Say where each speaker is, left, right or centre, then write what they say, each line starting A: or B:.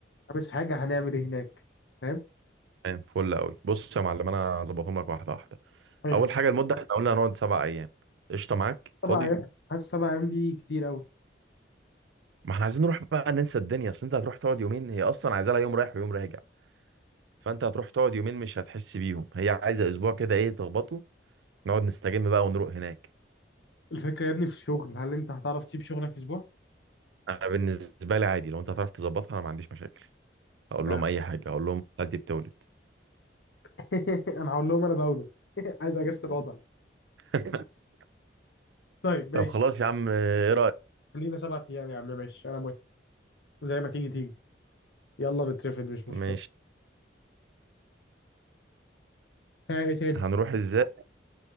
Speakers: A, on the left; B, on the right.
A: خامس حاجه هنعمل ايه هناك فاهم
B: تمام فل قوي بص يا معلم انا هظبطهم لك واحده واحده
A: حلو
B: اول حاجه المده احنا قلنا هنقعد سبع ايام قشطه معاك فاضي
A: سبع ايام حاسس سبع ايام دي كتير قوي
B: ما احنا عايزين نروح بقى ننسى الدنيا اصل انت هتروح تقعد يومين هي اصلا عايزه لها يوم رايح ويوم راجع فانت هتروح تقعد يومين مش هتحس بيهم هي عايزه اسبوع كده ايه تخبطه نقعد نستجم بقى ونروق هناك
A: الفكرة يا ابني في الشغل هل انت هتعرف تسيب شغلك اسبوع؟
B: انا بالنسبه لي عادي لو انت هتعرف تظبطها انا ما عنديش مشاكل اقول
A: آه.
B: لهم اي حاجه اقول لهم دي بتولد
A: <laughs> انا هقول لهم انا بولد <laughs> عايز اجازة الوضع
B: <laughs>
A: طيب
B: طب
A: ماشي
B: خلاص يا عم آه، ايه رايك
A: خلينا سبعة ايام يا عم ماشي انا موافق زي ما تيجي تيجي يلا نترفد مش مشكلة
B: ماشي
A: ها ايه تاني
B: هنروح ازاي